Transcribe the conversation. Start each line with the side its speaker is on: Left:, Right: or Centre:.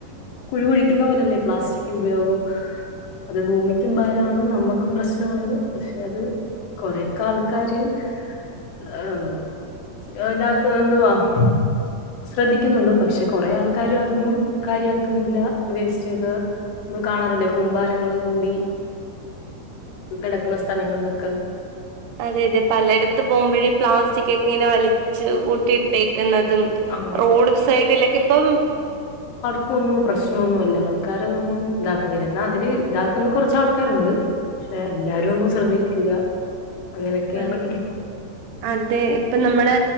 Left: കുഴി കുഴിക്കുന്ന പോലല്ലേ പ്ലാസ്റ്റിക് ഉപയോഗം അത് ഭൂമിക്കും ബാരാണ് നമ്മുക്കും പ്രശ്നവാണ് പക്ഷെ അത് കൊറെക്കെ ആൾക്കാര് <unintelligible> തീന്വാ <inaudible> ശ്രദ്ധിക്കുന്നുണ്ട് പക്ഷെ കൊറെേ ആൾക്കാര് അതൊന്നും കാര്യാക്കുന്നില്ല വേസ്റ്റ് ചെയ്ത് മ്മൾ കാണാറില്ലേ കൂമ്പാരങ്ങൾ കൂടി. കിടക്കുന്ന സ്ഥലങ്ങളിലൊക്കെ
Right: അതെ, അതെ, പലെട്ത്ത് പോകുമ്പോഴേ ഈ പ്ലാസ്റ്റിക് ഒക്കെ ഇങ്ങനെ വലിച്ച്. കൂട്ടിയിട്ടേ. എന്നതും
Left: ആ
Right: റോഡ് സൈഡിലൊക്കെ, ഇപ്പം.
Left: ഇപ്പെന്നും പ്രശ്നം നൊന്നുല്ല ആൾക്കാര് അതൊന്നും ഇതാക്ക്ണില്ല ന്നാ.. ഇതില് ഇതാക്കുന്ന കുറെച്ചാൾക്കാരുണ്ട് പക്ഷെ എല്ലാരും ഒന്നും ശ്രദ്ധിക്കില്ല. അങ്ങനെയൊക്കെയാണ്
Right: ആ അതെ ഇപ്പൊ നമ്മള്